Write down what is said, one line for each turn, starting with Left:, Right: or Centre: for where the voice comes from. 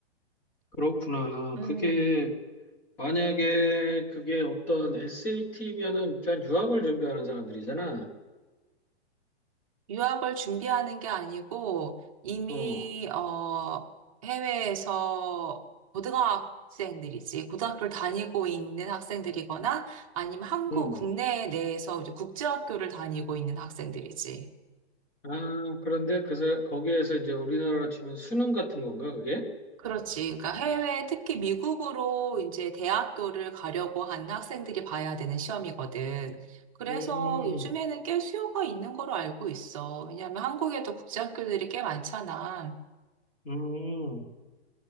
Centre: 그렇구나.
Right: 음.
Centre: 그게 만약에 그게 어떤 SAT면은 일단 유학을 준비하는 사람들이잖아.
Right: 유학을 준비하는 게 아니고 이미
Centre: 어,
Right: 어 해외에서 고등학생들이지 고등학교를 다니고 있는 학생들이거나 아니면 한국
Centre: 음.
Right: 국내 내에서 이제 국제학교를 다니고 있는 학생들이지.
Centre: 아, 그런데 그 사- 거기에서 이제 우리나라로 치면 수능 같은 건가 그게?
Right: 그렇지. 그러니까 해외 특히 미국으로 이제 대학교를 가려고 하는 학생들이 봐야 되는 시험이거든. 그래서
Centre: 음,
Right: 요즘에는 꽤 수요가 있는 걸로 알고 있어. 왜냐하면 한국에도 국제학교들이 꽤 많잖아.
Centre: 음,